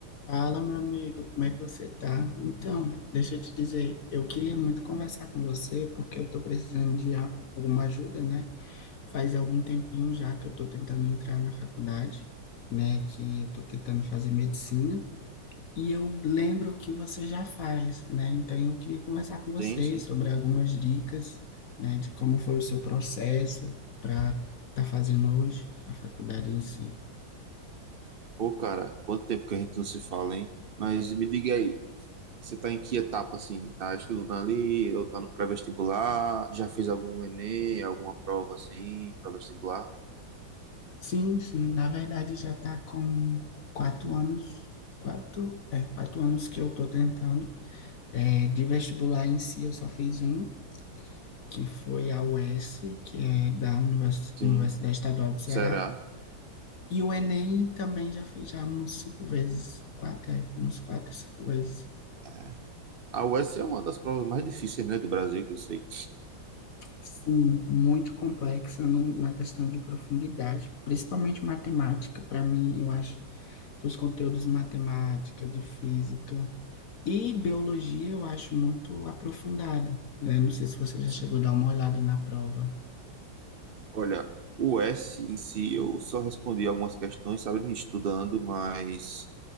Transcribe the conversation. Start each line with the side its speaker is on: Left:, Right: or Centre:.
Left: Fala, meu amigo, como é que você tá? Então, deixa eu te dizer, eu queria muito conversar com você porque eu tô precisando de a- alguma ajuda, né? Faz algum tempinho já que eu tô tentando entrar na faculdade, né? Que eu tô tentando fazer medicina e eu lembro que você já faz, né? Então, eu queria conversar com você
Right: Sim, sim.
Left: sobre algumas dicas, né? De como foi o seu processo para estar tá fazendo hoje a faculdade em si.
Right: Ô cara, quanto tempo que a gente não se fala, hein? Mas me diga aí, você tá em que etapa, assim? Tá estudando ali, ou tá no pré-vestibular? Já fez algum Enem, alguma prova, assim, pré-vestibular?
Left: Sim, sim, na verdade já está com quatro anos, quatro, é, quatro anos que eu estou tentando. É, de vestibular em si, eu só fiz um, que foi a US, que é da Univers-
Right: Sim,
Left: Universidade Estadual do Ceará.
Right: será?
Left: E o Enem
Right: Sim.
Left: também já fiz já uns cinco vezes, quatro, é, uns quatro, cinco vezes.
Right: É. A US é uma das provas mais difíceis, né, do Brasil, que eu sei.
Left: Sim, muito complexa no- na questão de profundidade, principalmente matemática. Para mim, eu acho que os conteúdos de matemática, de física, E biologia eu acho muito aprofundada, né? Não sei se você já
Right: Sim.
Left: chegou a dar uma olhada na prova.
Right: Olha, o S em si, eu só respondi algumas questões, sabe, estudando, mas